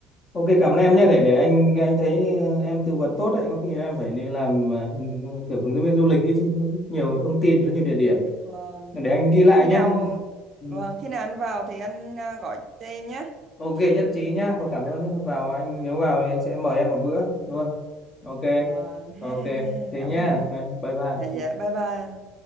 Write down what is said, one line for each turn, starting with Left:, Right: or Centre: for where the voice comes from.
Left: Ok cảm ơn em nhé để để anh anh thấy ờ, em tư vấn tốt đấy có khi em phải đi làm ờ, kiểu hướng dẫn viên du lịch ấy chứ nhiều thông tin rất nhiều địa điểm
Right: vâng
Left: để anh ghi lại
Right: khi
Left: nhé
Right: nào
Left: Ừ.
Right: vâng khi nào anh vào thì anh à, gọi cho em nhé
Left: ok nhất trí nhá và cảm ơn nhé vào anh nếu vào thì anh sẽ mời em một bữa luôn ok
Right: vâng <laughs> ha
Left: ok
Right: ha ha ha.
Left: thế
Right: cảm
Left: nhá
Right: ơn anh
Left: anh bye bye
Right: dạ dạ bye bye anh